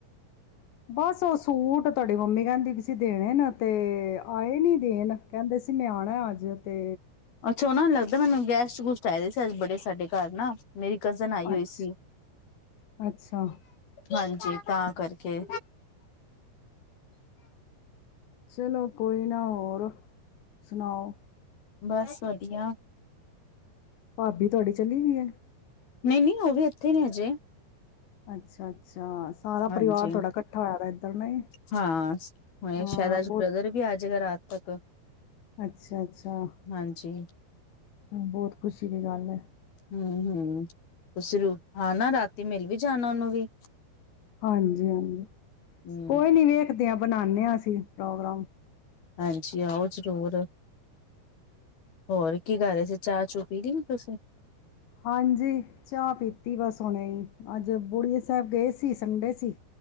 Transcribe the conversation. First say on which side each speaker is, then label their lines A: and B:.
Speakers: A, on the left; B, on the left.
A: ਬਸ ਉਹ ਸੂਟ ਤੁਹਾਡੀ ਮੰਮੀ ਕਹਿੰਦੀ ਵੀ ਸੀ। ਦੇਣੇ ਨਾ <unintelligible> ਤੇ ਆਏ ਨੀ ਦੇਣ ਕਹਿੰਦੇ ਸੀ ਮੈਂ ਆ <unintelligible> ਅੱਜ ਤੇ।
B: ਛੋ ਨਾ ਲੱਗਦਾ ਮੈਨੂੰ ਗੈਸਟ ਗੂਸਟ ਆਏਦੇ ਸੀ। ਅੱਜ ਬੜੇ ਸਾਡੇ ਘਰ ਨਾ। ਮੇਰੀ ਕਜ਼ਨ ਆਈ ਹੋਈ
A: ਅੱਛਾ
B: ਸੀ।
A: ਅੱਛਾ
B: ਹਾਂਜੀ। ਤਾਂ ਕਰਕੇ।
A: ਚਲੋ, ਕੋਈ ਨਾ ਹੋਰ ਸੁਣਾਓ।
B: ਬਸ ਵਧੀਆ।
A: ਭਾਬੀ ਤੁਹਾਡੀ ਚਲੀ ਗਈ ਹੈ।
B: ਨਹੀਂ, ਨਹੀਂ ਉਹ ਵੀ ਇੱਥੇ ਨੇ ਅਜੇ।
A: ਅੱਛਾ, ਅੱਛਾ। ਸਾਰਾ
B: ਹਾਂਜੀ।
A: ਪਰਿਵਾਰ ਤੁਹਾਡਾ ਇਕੱਠਾ ਹੋਇਆ ਦਾ ਇੱਧਰ ਨੇ
B: ਹਾਂ ਹੁ
A: ਹਾਂ
B: ਸ਼ਾਇਦ ਅੱਜ
A: ਬਹੁਤ
B: ਬ੍ਰਦਰ ਵੀ ਆਜੇਗਾ ਰਾਤ ਤੱਕ।
A: ਅੱਛਾ, ਅੱਛਾ।
B: ਹਾਂਜੀ
A: ਬਹੁਤ ਖੁਸ਼ੀ ਦੀ ਗੱਲ ਹੈ।
B: ਹਮ ਹਮ ਤੁਸੀਂ ਰੂ ਹਾਂ ਨਾ ਰਾਤੀ ਮਿਲ ਵੀ ਜਾਣਾ ਉਹਨੂੰ ਵੀ
A: ਹਾਂਜੀ ਹਾਂਜੀ
B: ਹੂੰ
A: ਕੋਈ ਨੀ ਵੇਖ ਦੀਆਂ ਬਣਾਉਦੇ ਹਾਂ ਅਸੀਂ ਪ੍ਰੋਗਰਾਮ
B: ਹਾਂਜੀ ਆਓ ਜ਼ਰੂਰ ਹੋਰ ਕੀ ਕਰ ਰਹੇ ਸੀ ਚਾਹ ਚੂ ਪੀ ਲਈ ਹੋ ਤੁਸੀਂ
A: ਹਾਂਜੀ ਚਾਹ ਪੀਤੀ ਬਸ ਹੁਣੇ ਹੀ ਅੱਜ ਬੁੜੀਏ ਸਾਹਿਬ ਗਏ ਸੀ ਸੰਡੇ ਸੀ